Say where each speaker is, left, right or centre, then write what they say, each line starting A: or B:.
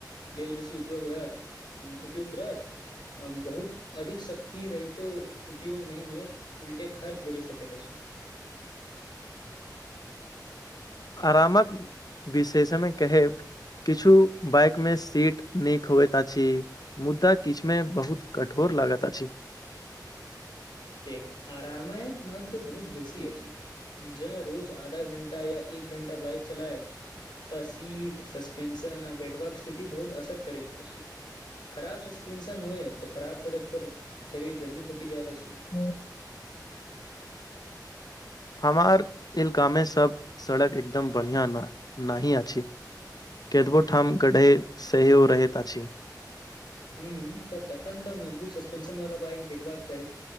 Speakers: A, on the left (about 80°); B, on the left (about 60°).
A: लेल बेसी उपयोग रहत उपयुक्त रहत बहुत अधिक शक्ति रहितो उपयोग नहि होइत उलटे खर्च बढ़ी सकेत अछि
B: अरामक विशेषमे कहेब किछु बाइक मे सीट नीक होईत अछि मुद्दा किछु मे बहुत कठोर लागत आछि
A: एक आरामायक महत्व बहुत बेसी अछि ज रोज आधा घंटा या एक घंटा बाइक चलायब तऽ सीट सस्पेंशन आ बैठबाक स्थिति बहुत असर करैत अछि खराब सस्पेंशन होए तो खराब सड़क पर शरीर जल्दी थकि जायत अछि
B: हूँ हमार इलका मे सब सड़क एकदम बढ़िया न नही अछि कतबो ठाम गढ़ै सहयो रहैत अछि
A: हुँ तऽ तखन तऽ मजबूत सस्पेंशन वाला बाइक देखबाक चाही